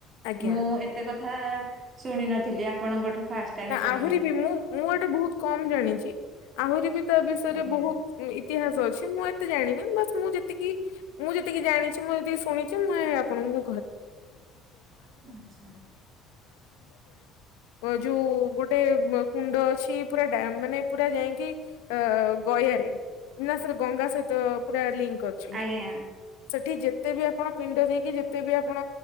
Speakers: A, on the left (about 75°); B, on the right (about 45°).
A: ଆଜ୍ଞା
B: ମୁଁ ଏତେ କଥା ଶୁଣି ନ ଥିଲି ଆପଣଙ୍କଠୁ ଫାଷ୍ଟ ଟାଇମ୍
A: ନା
B: ଶୁଣିଲି।
A: ଆହୁରି ବି ମୁଁ ମୁଁ ଏଇଟା ବହୁତ କମ ଜାଣିଛି। ଆହୁରିବି ତା ବିଷୟରେ
B: ଆଜ୍ଞା
A: ବହୁତ ଇ ଇତିହାସ ଅଛି ମୁଁ ଏତେ ଜାଣିନି, ବାସ୍ ମୁଁ ଯେତିକି ମୁଁ ଯେତିକି ଜାଣିଛି ମୁଁ ଯେତିକି ଶୁଣିଛି ମୁଁ ଆପଣଙ୍କୁ
B: ଆଚ୍ଛା
A: <unintelligible> ଯୋଉ ଗୋଟେ କୁଣ୍ଡ ଅଛି, ପୁରା ଡ୍ୟାମ ମାନେ ପୁରା ଯାଇକି ଅ ଗୟାରେ ନା ସେରା ଗଙ୍ଗା ସହିତ ପୁରା ଲିଙ୍କ ଅଛି,
B: ଆଜ୍ଞା
A: ସେଠି ଯେତେ ବି ଆପଣ ପିଣ୍ଡ ଦେଇକି ଯେତେ ବି ଆପଣ